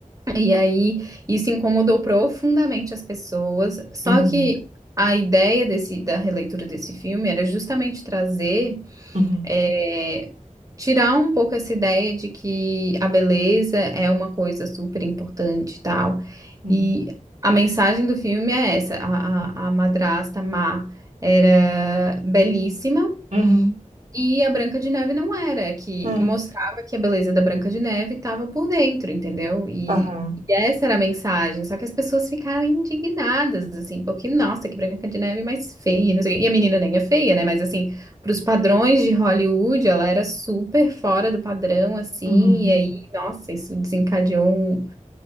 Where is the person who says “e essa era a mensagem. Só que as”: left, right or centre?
Right